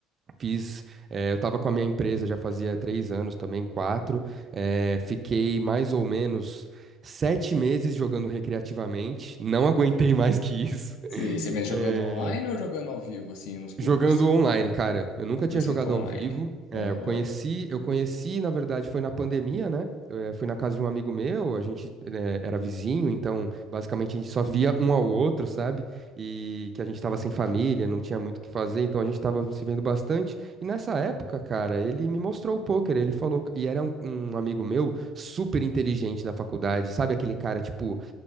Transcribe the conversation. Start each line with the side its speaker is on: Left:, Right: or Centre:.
Right: Fiz, eh, eu tava com a minha empresa já fazia três anos também, quatro. eh, fiquei mais ou menos sete meses jogando recreativamente. Não <laughs> aguentei mais que isso. <laughs>
Left: Você, você me jogando
Right: Eh,
Left: online ou jogando ao vivo assim nos clubes?
Right: Jogando online, cara. Eu nunca
Left: 100%
Right: tinha jogado
Left: online.
Right: ao vivo. É,
Left: Aham.
Right: eu conheci, eu conheci, na verdade, foi na pandemia, né? Eu, é, fui na casa de um amigo meu, a gente é, era vizinho, então basicamente a gente só via um ao outro, sabe? E que a gente tava sem família, não tinha muito o que fazer, então a gente tava se vendo bastante. E nessa época, cara, ele me mostrou o poker, ele falou, e era um, um amigo meu super inteligente da faculdade, sabe? Aquele cara, tipo,